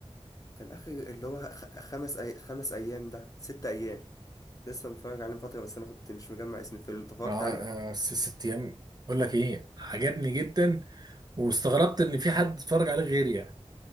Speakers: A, on the left (about 30°); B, on the right (about 35°).
A: كان اخر اللي هو خ- خمس أي... خمس ايام ده ست ايام لسه متفرج عليه من فتره بس انا كنت مش مجمع اسم الفيلم انت اتفرجت
B: اه
A: عليه
B: آه، س- ست ايام بقول لك ايه عجبني جدا واستغربت ان في حد اتفرج عليه غيري يعني